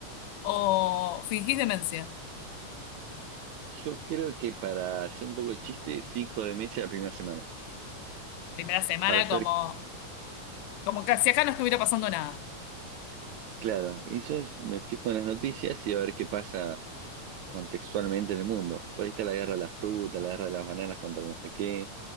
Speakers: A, on the left; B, on the right.
A: ¿O fingís demencia?
B: Yo creo que para hacer un poco de chiste, finjo demencia la primera semana.
A: Primera semana
B: Para ser
A: como, como que si acá no estuviera pasando nada.
B: claro. Y yo es- me fijo en las noticias y a ver qué pasa contextualmente en el mundo. Por ahí está la guerra de las frutas, la guerra de las bananas contra no sé qué,